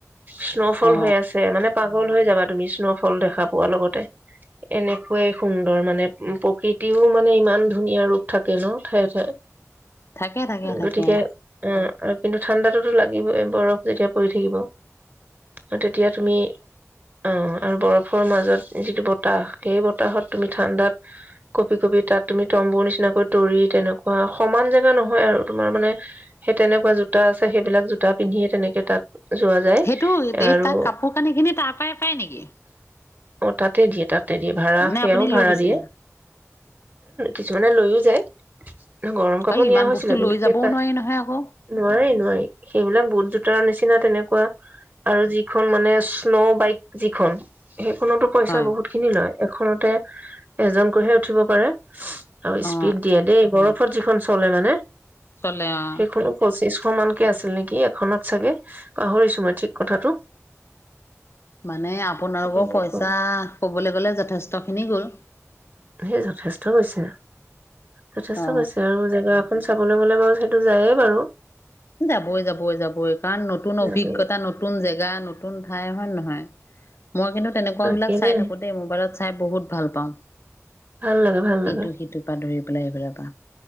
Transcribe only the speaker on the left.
অ
থাকে থাকে থাকে
সেইটো এই
তাত কাপোৰ কানি খিনি তাৰ পৰাই পাই নেকি
নে
আপুনি লৈ
গৈছিলে
আৰু
ইমান
বস্তু
লৈ
যাবও নোৱাৰি নহয় আকৌ
হয়
অ
চলে অ
মানে আপোনালোকৰ
পইচা কবলৈ গ'লে যথেষ্টখিনি গ'ল।
অ
যাবই-যাবই-যাবই কাৰণ নতুন অভিজ্ঞতা
নতুন জেগা নতুন ঠাই হয় নহয়? মই কিন্তু তেনেকুৱা বিলাক
চাই থাকো দেই মোবাইলত, চাই বহুত ভাল পাওঁ।
ইটো সিটো পা ধৰি পেলাই এইফেল পা।